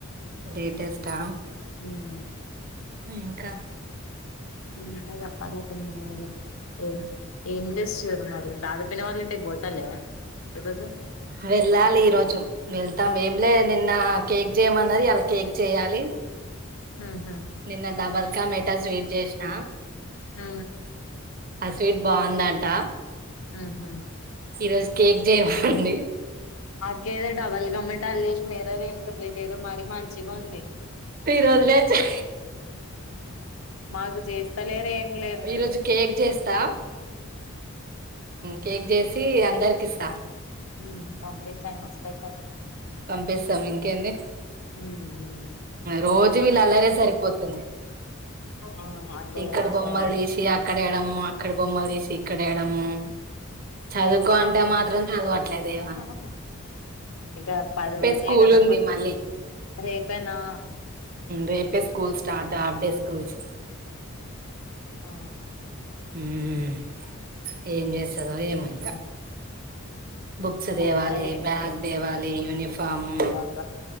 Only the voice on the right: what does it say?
లేటెస్టా
ఇంకా
వెళ్ళాలి ఈ రోజు వెళ్తాం ఏం లేదు నిన్న కేక్ చేయమన్నది అలా కేక్ చేయాలి
నిన్న డబర్ కామెటా స్వీట్ చేసిన
ఆ స్వీట్ బాగుందాంట
ఈ రోజు కేక్ చేయమంది
మీరు వదిలేస్తే
ఈరోజు కేక్ చేస్తా కేక్ చేస్తా అందరికిస్తా
పంపిస్తాం ఇంకేంది
రోజు వీళ్ళ అల్లరే సరిపోతుంది
ఇక్కడ బొమ్మలు
తీసి అక్కడ వెేడము అక్కడ బొమ్మలు తీసి ఇక్కడ వేయడము చదువుకో
అంటే
మాత్రం చదవట్లేలేదు
స్కూల్
ఉంది మళ్ళీ
రేపే స్కూల్ స్టార్ట్ హాఫ్దే స్కూల్స్
ఉమ్ ఏం చేసదో ఏమో ఇంకా
బుక్స్
దేవాలి బ్యాగ్ వాలి యూనిఫాము